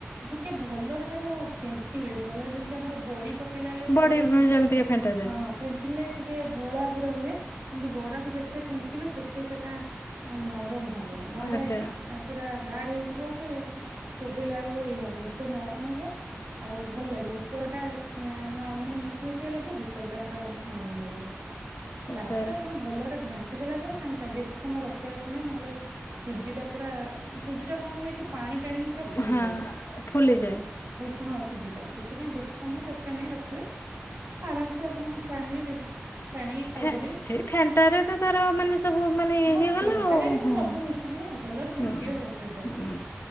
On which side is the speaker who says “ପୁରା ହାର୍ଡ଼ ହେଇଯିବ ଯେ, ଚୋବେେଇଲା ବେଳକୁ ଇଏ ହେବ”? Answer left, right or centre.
Right